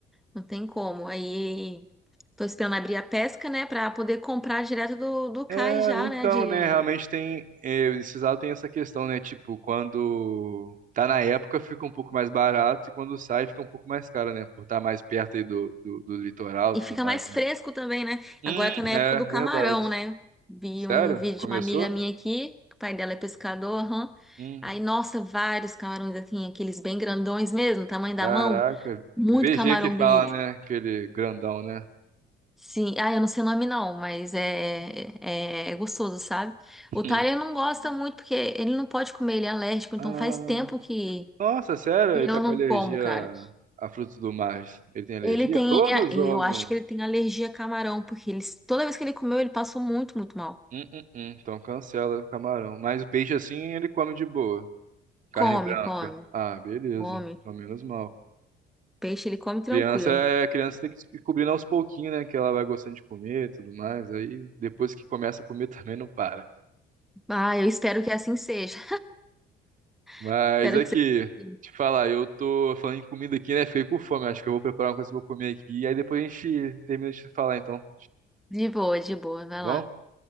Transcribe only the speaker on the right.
É,
então,
né, realmente tem, é, esses lados tem essa questão, né, tipo, quando tá na época fica um pouco mais barato e quando sai fica um pouco mais caro, né, por estar mais perto aí do, do, do litoral
e tudo
mais,
né.
Hum,
é,
verdade.
Sério?
Começou?
Hum,
caraca.
VG
que fala,
né, aquele grandão, né.
Hum.
Ah,
nossa, sério?
Ele
tá com
alergia
a frutos do mar. Ele tem alergia?
a Todos
ou algum?
Hum, hum, hum. Então cancela o camarão. Mas o peixe assim ele come de boa. Carne
branca.
Ah, beleza.
Ao menos mal.
Criança é criança tem que ir descobrindo aos pouquinhos, né? Que ela vai gostando de comer e tudo mais. Aí depois que começa a comer <laughs> também não para.
Mas
aqui,
te falar, eu tô falando em comida aqui, né? Fiquei com fome. Acho que eu vou preparar uma coisa que eu vou comer aqui. E aí depois a gente termina de falar então. Tá
bom?